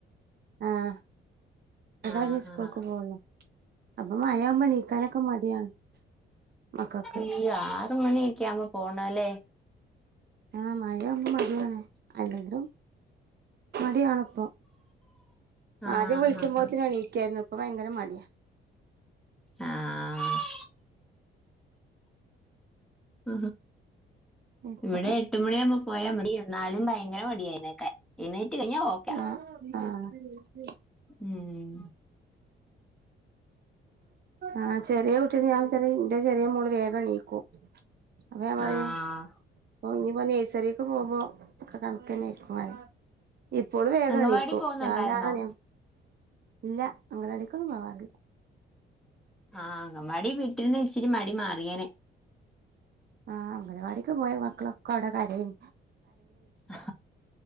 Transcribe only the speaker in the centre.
ആഹ്
ആഹ്.
യ്യ ആറ് മണിയൊക്കെ ആവുമ്പം പോണെ ലേ
ആഹ്
ആഹ്.
ആഹ് ഉംഹ്
ഇവിടെ എട്ടുമണിയാകുമ്പോ പോയാ മതി എന്നാലും ഭയങ്കര മടിയായെഴുന്നേ എണീറ്റ് കയ്ഞ്ഞ ഓക്കയാ
ഉം
ആഹ്.
അംഗൻവാടി പോകുന്നുണ്ടായിരുന്നോ?
ആഹ് അങ്കൻവാടി വിട്ടിര്ന്നേ ഇച്ചിരി മടി മാറിയേനെ
ആ